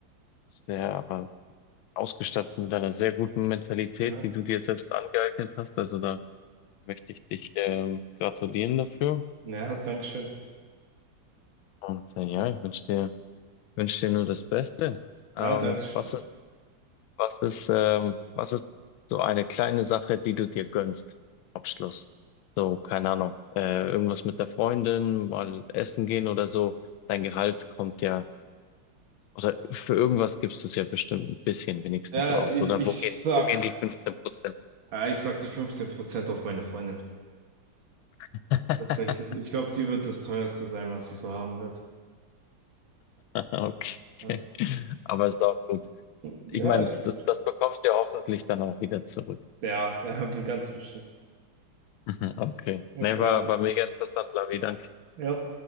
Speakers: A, on the left (about 85°); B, on the right (about 80°).
A: sehr, aber ausgestattet mit einer sehr guten Mentalität,
B: ja,
A: die du dir selbst angeeignet hast. Also da möchte ich dich, ähm, gratulieren dafür.
B: ja, danke schön.
A: Und äh, ja, ich wünsche dir wünsche dir nur das Beste. Ähm,
B: Ja, danke schön.
A: was ist, was ist, ähm, was ist so eine kleine Sache, die du dir gönnst? Abschluss. So, keine Ahnung. Äh, irgendwas mit der Freundin, mal essen gehen oder so. Dein Gehalt kommt ja, oder für irgendwas gibst du es ja bestimmt ein bisschen wenigstens
B: Ja,
A: aus.
B: ich,
A: Oder
B: ich
A: wo gehen,
B: sag,
A: wo gehen die fünfzehn Prozent?
B: ja, ich sag die 15% auf meine Freundin.
A: <laughs>
B: Tatsächlich. Ich glaube, die wird das teuerste sein, was ich so haben werde.
A: Okay.
B: Ja.
A: Aber ist auch gut.
B: Ja,
A: Ich meine,
B: ist gut.
A: das, das bekommst du ja hoffentlich dann auch wieder zurück.
B: Ja, <laughs> ganz bestimmt.
A: <laughs> Okay.
B: Okay,
A: Nee, war,
B: alles.
A: war mega interessant, Lavi. Danke.
B: Ja.